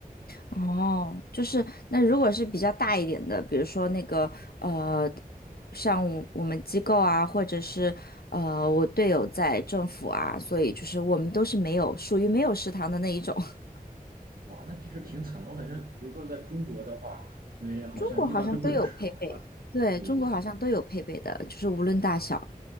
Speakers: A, on the left (about 80°); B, on the right (about 70°).
A: 哦，就是那如果是比较大一点的，比如说那个呃，像我们机构啊，或者是呃，我队友在政府啊，所以就是我们都是没有属于没有食堂的那一种。<laughs>
B: 哇，那其实挺惨的。我感觉，比如说在中国的话，因为好像一般都会有食堂，
A: 中国好像都有配备，
B: 对吧？
A: 对，
B: 对对
A: 中国好像都有配备的，就是无论大小，